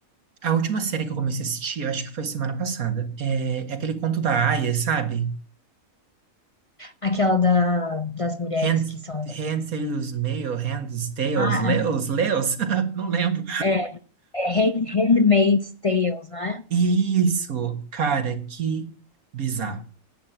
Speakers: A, on the right; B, on the left.
A: A última série que eu comecei a assistir, eu acho que foi semana passada, é, é aquele conto da Aya, sabe?
B: Aquela da, das mulheres
A: Hand,
B: que são.
A: hand, Tails, Mail, Hands, Tails,
B: Ah,
A: Leos, Leos, <laughs> não lembro.
B: é, é Hand- Handmaid's Tales, né?
A: Isso, cara, que bizarro,